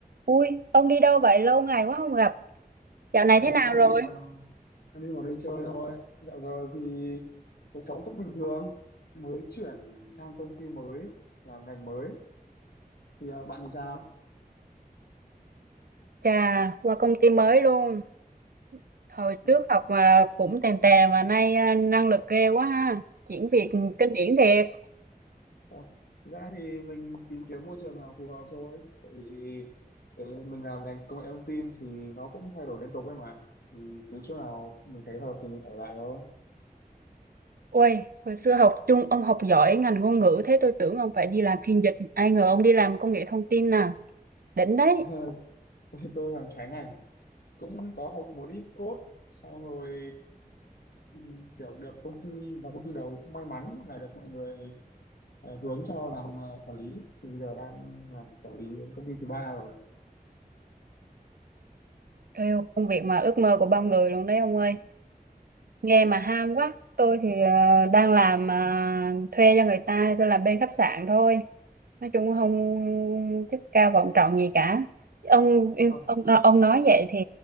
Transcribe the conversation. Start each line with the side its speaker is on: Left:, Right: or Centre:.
Right: Ui, ông đi đâu vậy? Lâu ngày quá không gặp. Dạo này
Left: Ờ,
Right: thế nào
Left: đang
Right: rồi?
Left: định vào đang định vào đây chơi thôi dạo giờ thì cuộc sống cũng bình thường mới chuyển sang công ty mới làm ngành mới thì à, bạn thì sao
Right: Chà, qua công ty mới luôn. Hồi
Left: Ờ,
Right: trước học mà cũng tèn tè mà nay à, năng lực ghê quá ha. Chuyển việc kinh điển thiệt.
Left: ờ, thực ra thì mình tìm kiếm môi trường nào phù hợp thôi tại vì cái mình làm ngành công nghệ thông tin thì nó cũng thay đổi liên tục ấy mà thì cứ chỗ nào mình thấy hợp thì mình ở lại thôi
Right: Ui, hồi xưa học chung ông học giỏi ngành ngôn ngữ thế tôi tưởng ông phải đi làm phiên dịch. Ai ngờ ông đi làm công nghệ thông tin nè. Đỉnh đấy.
Left: <laughs> tôi, tôi làm trái ngành cũng có học một ít code xong rồi ừ, kiểu được công ty và công ty đầu cũng may mắn là được mọi người ờ, hướng cho làm ờ, quản lý thì bây giờ đang làm quản lý đến công ty thứ ba rồi
Right: Eo, công việc mà ước mơ của bao người luôn đấy ông ơi. Nghe mà ham quá. Tôi thì ờ, đang làm ờ, thuê cho người ta, tôi làm bên khách sạn thôi. Nói chung không chức cao vọng trọng gì cả. Ông yêu
Left: Ờ,
Right: ông ờ, ông nói vậy thì